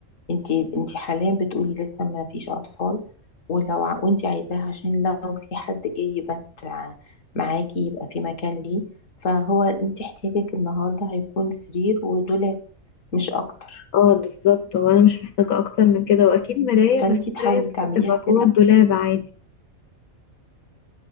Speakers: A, on the left; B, on the left.
A: انتي انتي حاليا بتقولي لسه ما فيش اطفال ولو ع... وانتي عايزاه عشان لو في حد جاي يبات ع- معاكي يبقى في مكان ليه فهو انتي احتياجك النهارده هيكون سرير ودولاب مش اكتر
B: اه بالظبط هو أنا مش محتاجة أكتر من كده وأكيد مراية
A: فانتي
B: بس
A: تحاولي
B: مراية
A: تعمليها
B: ممكن تبقى
A: كده
B: جوه الدولاب عادي